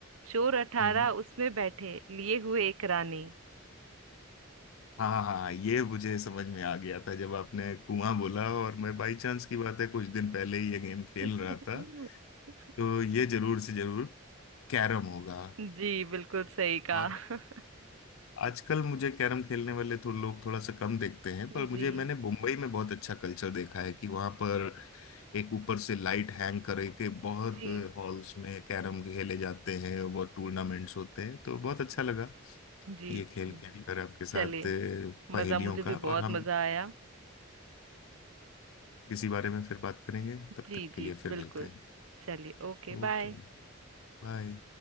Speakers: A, on the right (about 80°); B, on the left (about 75°).
A: चोर अठारह
B: हम्म
A: उसमें बैठे लिए हुए एक रानी
B: हाँ हाँ ये मुझे समझ में आ गया था जब आपने कुआं बोला और मैं बाई चांस की बात है कुछ दिन पहले ही ये गेम खेल
A: <laughs>
B: रहा था तो ये जरूर से जरूर कैरम होगा
A: जी बिल्कुल सही कहा
B: और
A: <laughs>
B: आजकल मुझे कैरम खेलने वाले तो लोग थोड़ा सा कम देखते हैं
A: जी
B: पर मुझे मैंने मुंबई में बहुत अच्छा कल्चर देखा है कि वहां पर एक ऊपर से लाइट हैंग करे के बहुत
A: जी
B: हॉल्स में कैरम खेले जाते हैं और बहुत टूर्नामेंट्स होते हैं तो बहुत अच्छा लगा
A: जी
B: ये
A: जी
B: खेल खेल कर आपके साथ
A: चलिए
B: अ,
A: मज़ा
B: पहेलियों
A: मुझे
B: का
A: भी बहुत
B: और हम
A: मज़ा आया
B: किसी बारे में फिर बात करेंगे तब
A: जी
B: तक के
A: जी
B: लिए फिर
A: बिल्कुल
B: मिलते हैं
A: चलिए ओके
B: Okay
A: बाय
B: bye